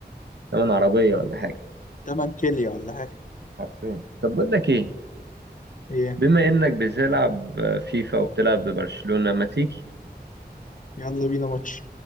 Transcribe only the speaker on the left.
تمن كيليا ولا حاجه
ايه
يلا بينا ماتش